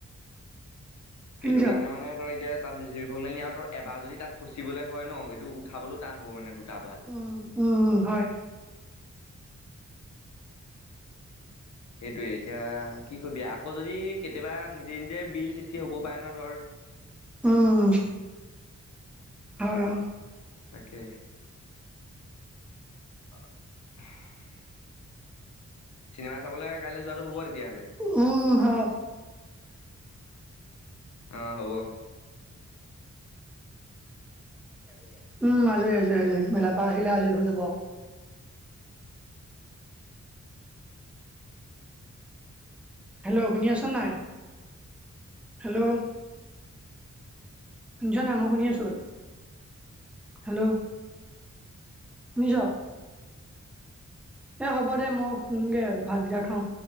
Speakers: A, in the centre; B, on the left.
A: শুনিছ
B: সেইটো কাৰণে মানে তই এতিয়া তাত ৰেচিপি ভলে নি আৰু তই এবাৰ যদি তাত ফচিবলৈ হয় ন এইটো উঠাবলৈও টান হ'ব মানে দুটাৰ পৰা
A: উম, উম হয়
B: সেইটোৱে এতিয়া কি কবি আকৌ যদি কেতিয়াবা নিজে, নিজে বিল সৃষ্টি হ'ব পাৰে নহ ধৰ
A: উম। হয়।
B: তাকে। অ'। চিনেমা চাবলৈ কাইলৈ যোৱাটো
A: উম
B: হ'ব তেতিয়াহ'লে
A: ভাল।
B: অ', হ'ব উম।
A: উম আজৰি, আজৰি আজৰি মেলাপা আহিলে আজৰি হৈ যাব। হেল্ল' শুনি আছ নাই হেল্ল'। শুনিছ নাই মই শুনি আছোঁ, বল হেল্ল'। শুনিছ। এই হ'ব দে মই শুমগৈ ভাত গিতা খাওঁ।